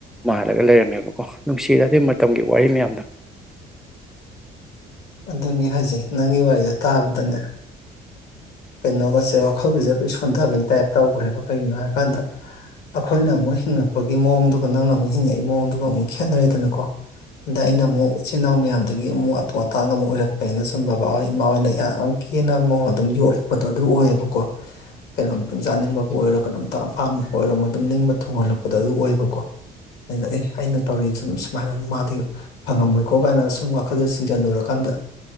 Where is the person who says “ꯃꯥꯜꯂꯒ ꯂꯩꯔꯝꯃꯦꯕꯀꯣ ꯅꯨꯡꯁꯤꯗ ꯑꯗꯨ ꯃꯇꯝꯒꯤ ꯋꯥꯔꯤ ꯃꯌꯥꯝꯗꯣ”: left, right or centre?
Centre